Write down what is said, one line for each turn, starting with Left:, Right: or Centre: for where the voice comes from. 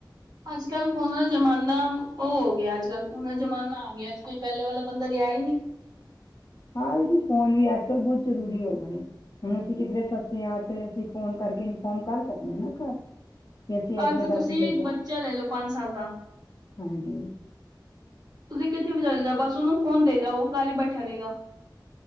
Right: ਅੱਜ ਕੱਲ ਪੁਣਾ ਜਮਾਨਾ ਬੰ ਉਹ ਹੋ ਗਿਆ ਅੱਜ ਕੱਲ ਹੁਣ ਜ਼ਮਾਨਾ ਆ ਗਿਆੱ ਪਹਿਲੇ ਵਾਲਾ ਬੰਦਾ ਰਿਿਆ ਹੀ ਨਹੀਂੀ
Left: ਹਾਂ ਇਹਦੀ ਫੋਨ ਵੀ ਅੱਜ ਕੱਲ੍ਹ ਬਹੁਤ ਜ਼ਰੂਰੀ ਹੋ ਗਏ ਨੇ ਹੁਣ ਅਸੀਂ ਕਿੱਧਰੇ ਫਸੇ ਹਾਂ ਅਤੇ ਅਸੀਂ ਫ਼ੋਨ ਕਰਕੇ ਇਨਫੋਰਮ ਕਰ ਸਕਦੇ ਹਾਂ ਨਾ ਘਰ ਕਿ ਅਸੀਂ ਇਸ
Right: ਅੱਜ
Left: ਜਗ੍ਹਾ
Right: ਤੁਸੀਂ
Left: ਤੇ ਹੈਗੇ
Right: ਬੱਚਾ
Left: ਹਾਂ
Right: ਲੈ ਲਓ ਪੰਜ ਸਾਲ ਦਾ
Left: ਹਾਂਜੀ
Right: ਤੁਸੀਂ ਕਿੱਥੇ ਉੱਥੇ ਵੀ ਚਲੇ ਜਾ ਬਸ ਉਹਨੂੰ ਫੋਨ ਦੇ ਜਾਓ ਉਹ ਕੱਲ ਹੀ ਬੈਠਾ ਰਹੇਗਾ